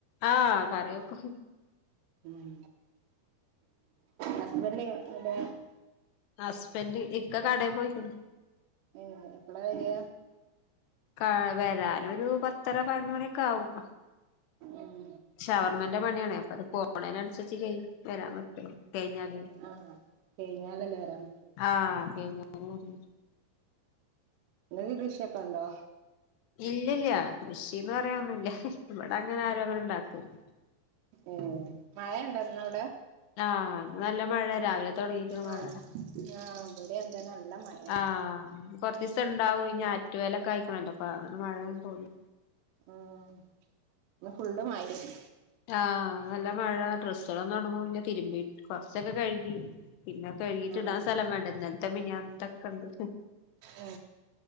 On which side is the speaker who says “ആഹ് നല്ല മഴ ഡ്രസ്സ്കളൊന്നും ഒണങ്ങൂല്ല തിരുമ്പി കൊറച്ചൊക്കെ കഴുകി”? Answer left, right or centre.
Left